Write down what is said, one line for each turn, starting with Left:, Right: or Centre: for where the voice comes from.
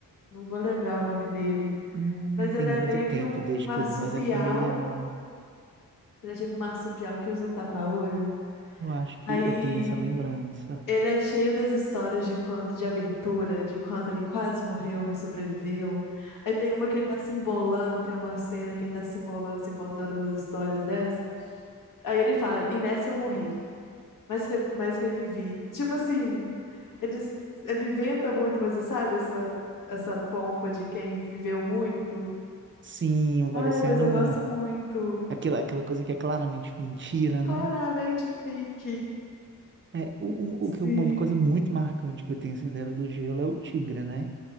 Left: Não vou lembrar o nome dele.
Right: Hum,
Left: Mas ele
Right: tem muito
Left: é meio
Right: tempo
Left: que um
Right: desde
Left: marsupial.
Right: que eu vi, mas é familiar.
Left: Ele é tipo um marsupial que usa um tapa-olho.
Right: Eu acho que
Left: Aí
Right: eu tenho essa lembrança.
Left: ele é cheio das histórias de quando, de aventura, de quando ele quase morreu, mas sobreviveu. Aí tem uma que ele tá se embolando, tem uma cena que ele tá se embolando, se contando umas histórias dessa. Aí ele fala, e nessa eu morri, mas, re- mas revivi. Tipo assim, ele, ele inventa muito, mas sabe essa, essa pompa de quem viveu muito?
Right: Sim, parecendo
Left: Ai, mas eu
Right: um.
Left: gosto muito.
Right: Aquela, aquela coisa que é claramente mentira,
Left: Claramente
Right: né?
Left: fake.
Right: É, o,
Left: Sim.
Right: o, o que, eu- uma coisa muito marcante que eu tenho assim da Era do Gelo é o Tigre, né?